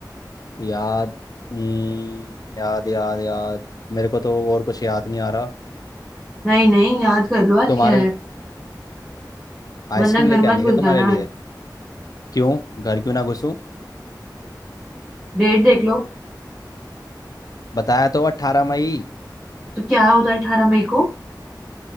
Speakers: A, on the left; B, in the centre.
A: याद हम्म, याद याद याद मेरे को तो और कुछ याद नहीं आ रहा
B: नहीं नहीं याद कर लो आज
A: तुम्हारे
B: क्या है वरना
A: आइसक्रीम
B: घर
A: लेके
B: मत
A: आनी है क्या
B: घुस जाना
A: तुम्हारे लिए
B: आज
A: क्यों घर क्यों ना घुसूं
B: डेट देख लो
A: बताया तो अट्ठारह मई
B: तो क्या होता है अठारह मई को